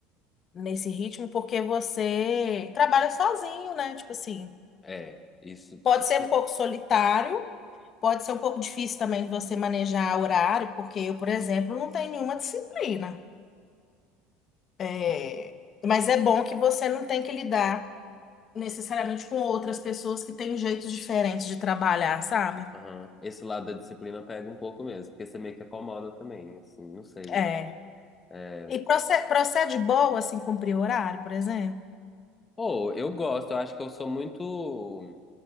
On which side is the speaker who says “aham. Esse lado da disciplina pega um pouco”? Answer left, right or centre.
Left